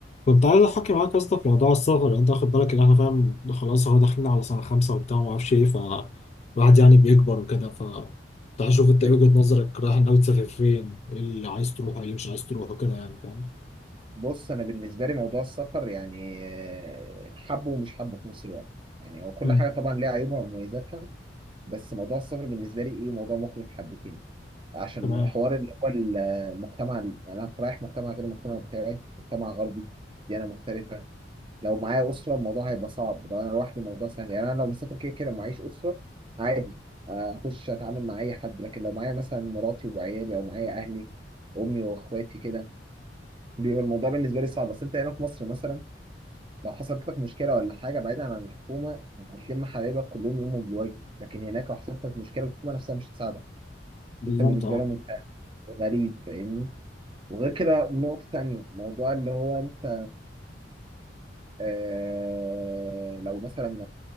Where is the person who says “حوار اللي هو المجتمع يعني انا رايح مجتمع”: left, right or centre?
Right